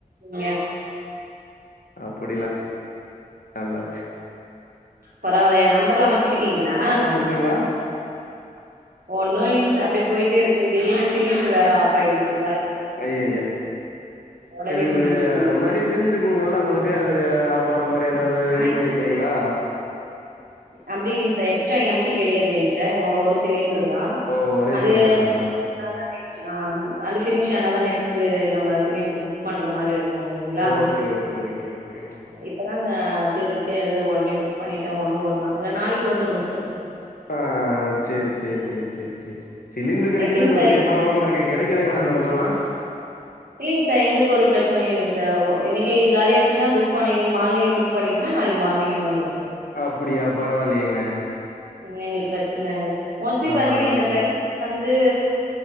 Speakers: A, on the right; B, on the left.
A: ங்க
B: அப்டிலா அல்லா
A: பரவால்ல எ நம்பர்ல்லா வெச்சிருக்கீங்களா
B: முடிச்சிங்களா
A: ஒன்னு இல்லிங்க சார் அப்டியே போயிட்டே இருக்கு திடீர்னு சிலிண்டுரு வேற ஆஃப் பாயிடுச்சு
B: அய்யய்ய
A: ஒடனே
B: சிலிண்ரு
A: சிலிண்டர் போயிடுச்சு
B: முன்னாடியே தெரிஞ்சிருக்கும்ல உங்களுக்கு அதுல போறமாரி ஏதாவது ரெடி
A: ஆ
B: பண்ணி வெக்கேலங்ளா
A: அப்டி இல்லிங்க சார் எக்ஸ்ட்ரா எம்டி கெடயாது எங்கிட்ட ஒரு சிலிண்ட
B: ஓ ஒரே
A: அதே
B: சிலிண்டர் தானா
A: அ அ அந்த பினிஷ் ஆன தா நெக்ஸ்ம்ப்லு நம்ம சிலிண்ட்ரு பு பண்ற மாரி இருக்கு இல்லைங்ளா
B: ஓகே ஓகே ஓகே ஓகேங்க
A: இப்ப அதாங்க தீந்துருச்சு அதா உடனே புக் பண்ணிட்டு ணும் ஒரு நா இல்ல நாளைக்கு வந்துரு சார்
B: ஆ சேரி சேரி சேரி சேரி சேரி சிலிண்டர் கெடக்கிறதே
A: எப்டிங்க
B: இப்ப
A: சார்
B: பெரிய
A: எங்க
B: ப்ராப்ளமா இருக்கே கெடைக்குதுங்ளா அந்தபக்கோலா
A: இல்லிங்க சார் எங்களுக்கு ஒரு பிரச்சனையு இல்லிங்க சார் இன்னைக்கு காலியாச்சுன்னா புக் பண்ணி இன்னைக்கு மார்னிங்கே புக் பண்ணிங்னா நாளைக்கு மார்னிங்கே வந்துரு சார்
B: அப்டியா பரவாயில்லையேங்க
A: எங்களுக்கு பிரச்சன இல்ல மோஸ்ட்லி
B: அதா
A: பாத்தீங்க
B: அதா
A: இந்த பிரச் வந்து